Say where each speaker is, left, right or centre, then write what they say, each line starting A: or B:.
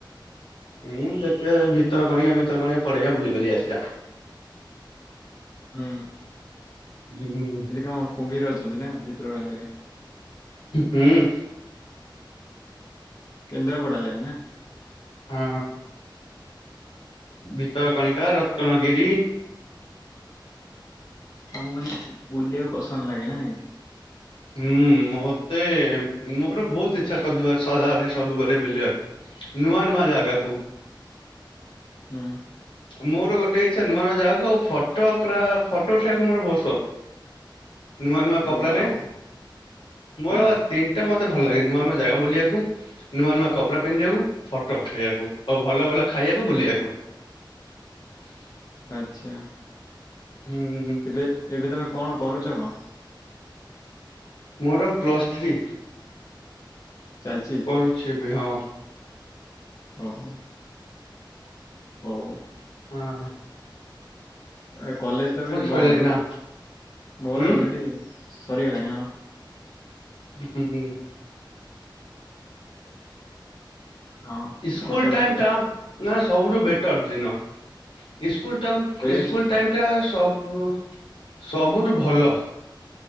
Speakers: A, on the left; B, on the left.
A: ଉଁ ଦେଖିଆ ସେଇ ଭିତରକନିକା ଫିତରକନିକା ପଲେଇବା ବୁଲିବାଲି ଆସିବ।
B: ହୁଁ।
A: ହୁଁ ହୁଁ ହୁଁ।
B: ସେଠି କଁ କୁମ୍ଭୀର ଅଛନ୍ତି ନାଁ ଭିତରକନିକାରେ।
A: ହୁଁ
B: କେନ୍ଦ୍ରାପଡା ଲାଇନ୍ ନାଁ।
A: ହୁଁ। ଭିତରକଣିକା ରତ୍ନଗିରି।
B: ମୁଁ କଇନି ବୁଲିଆକୁ ପସନ୍ଦ ଲାଗେ ନାଇଁ।
A: ହୁଁ ମୋତେ ମୋର ଭୋଉତ୍ ଇଚ୍ଛା ସଦୁଆ ସଆଡେ ସବୁ ବେଳେ ବୁଲିଆକୁ ନୂଆ ନୂଆ ଜାଗାକୁ।
B: ହୁଁ।
A: ମୋର ଗୋଟେ ଇଛା ନୂଆ ନୂଆ ଜାଗାକୁ ଆଉ ଫଟୋ ପୁରା ଫଟୋ ଉଠେଇଆକୁ ମୋର ଶୋପ୍। ନୂଆ ନୂଆ କପଡାରେ
B: ୱାଓ
A: ମୋର
B: ହଁ
A: ତିନ୍ ଟା ମତେ ଭଲ୍ ଲାଗେ ନୂଆ ନୂଆ ଜାଗା ବୁଲିଆକୁ। ନୂଆ ନୂଆ କପଡ଼ା ପିନ୍ଧିଆକୁ, ଫଟୋ ଉଠେଇବାକୁ ଆଉ ଭଲ ଭଲ ଖାଇଆକୁ, ବୁଲିଆକୁ। <inaudible>
B: ଆଚ୍ଛା।
A: ହୁଁ ହୁଁ ହୁଁ।
B: ଏବେ ଏବେ ତମେ କଣ କରୁଚ କଁ?
A: ମୋର ପ୍ଲସ୍ ଥ୍ରୀ।
B: ଚାଲଚି।
A: କରୁଛି ଏବେ ହଁ।
B: ଓହୋ। ହଉ
A: ହଁ ହଁ।
B: ଏ କଲେଜ୍ ଟା ବି
A: ସଇଲାଣି
B: ବନ୍ଦ
A: ନା
B: ମୋର
A: ହୁଁ
B: ଅଲରେଡି ସରିଗଲାଣି ହଁ।
A: ଉ ହୁଁ।
B: ହଁ
A: ଇସ୍କୁଲ୍
B: ମୋର ସରିଗଲାଣି
A: ଟାଇମ୍ ଟା ନାଁ ସବୁଠୁ ବେଟର୍ ଦିନ ଇସ୍କୁଲ୍ ଟାଉନ୍
B: ୱେଷ୍ଟ
A: ଇସ୍କୁଲ୍
B: ଥିଲା
A: ଟାଇମ୍ ଇଟା ସବୁ ସବୁଠୁ ଭଲ।